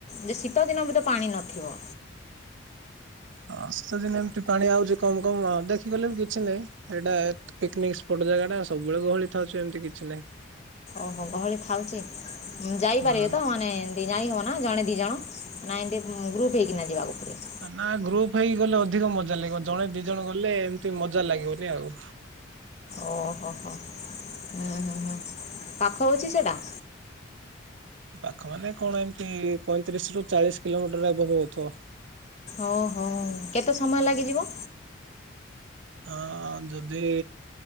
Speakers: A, on the left; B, on the right.
A: ଯେ ଶୀତଦିନ ବି ତ ପାଣି ନଥିବ।
B: ଅ, ଶୀତଦିନ ଏମତି ପାଣି ଆଉଛି କମ କମ ଆ, ଦେଖିଗଲେ ବି କିଛି ନାହିଁ। ଏଇଟା ପିକନିକ୍ ସ୍ପଟ୍ ଜାଗା ଟା ସବୁବେଳେ ଗହଳି ଥାଉଛି ଏମିତି କିଛି ନାହିଁ।
A: ଓହୋ, ଗହଳି ଥାଉଚି ଉଁ, ଯାଇପାରିବେ
B: ହୁଁ
A: ତ ମାନେ ଏ ଯାଇ ହବ ନା ଜଣେ ଦି ଜଣ ନା ଏମିତି ଉଁ, ଗ୍ରୁପ୍ ହେଇକିନା ଯିବାକୁ ପଡ଼ିବ?
B: ଅ, ନା ଗ୍ରୁପ୍ ହେଇକି ଗଲେ ଅଧିକ ମଜା ଲାଗିବ। ଜଣେ ଦି ଜଣ ଗଲେ ଏମିତି ମଜା ଲାଗିବନି ଆଉ।
A: ଓହୋ, ହୋ ଉଁ, ହୁଁ, ହୁଁ ପାଖ ହୋଉଛି ସେଟା?
B: ପାଖ ମାନେ କଣ ଏମତି ପଇଁତିରିଶ ରୁ ଚାଳିଶ କିଲୋମିଟର <unintelligible>
A: ଓହୋ, କେତେ ସମୟ ଲାଗିଯିବ?
B: ଅ, ଯଦି